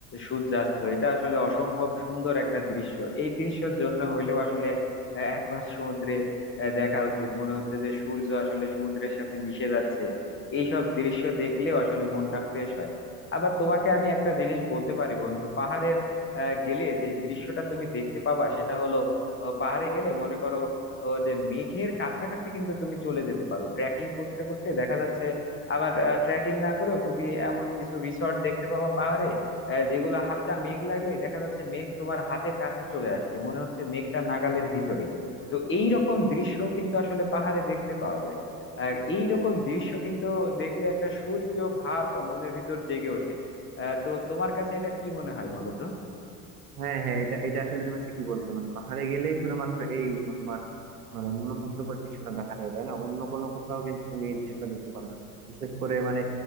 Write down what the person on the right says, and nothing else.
হ্যাঁ হ্যাঁ এটা এটা আসলে তুমি ঠিকই বলছো মানে পাহাড়ে গেলেই শুধুমাত্র এই ম- তোমার মানে মনোমুগ্ধকর দৃশ্যটা দেখা যায় তাই না অন্য কোনো কোথাও কিন্তু তুমি এই দৃশ্যটা দেখতে পারবে না বিশেষ করে মানে